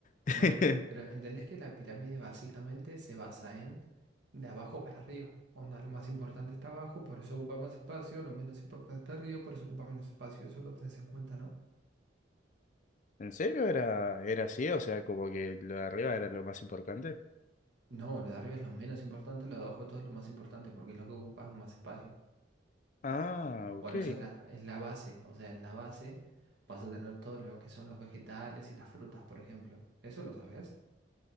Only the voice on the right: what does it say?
Bueno, pero entendés que la pirámide básicamente se basa en de abajo para arriba. Onda, lo más importante está abajo, por eso ocupa más espacio, lo menos importante está arriba, por eso ocupa menos espacio. Eso lo tenés en cuenta, ¿no?
No, lo de arriba es lo menos importante, lo de abajo de todo es lo más importante, porque es lo que ocupa más espacio.
Por eso la, es la base, o sea, en la base vas a tener todo lo que son los vegetales y las frutas, por ejemplo. ¿Eso lo sabes.